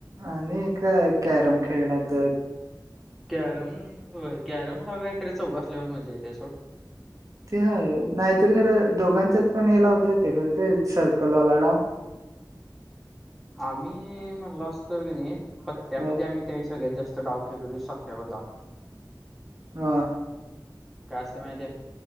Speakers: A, on the right (about 45°); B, in the centre.
A: आणि काय कॅरम खेळला तर
B: कॅरम होय कॅरमला काय खरं चौघं असल्यावरच मज्जा इत्या सोड
A: ते हाय नाहीतरी खरं दोघांच्यात पण हे लावता येतंय खरं ते सर्कलवाला डाव
B: आम्ही म्हणलास तर का नाही पत्त्यामध्ये
A: ह
B: आम्ही ते आणि सगळ्यात जास्त डाव खेळलो ते सत्या बदाम
A: हा
B: काय असतंय माहिते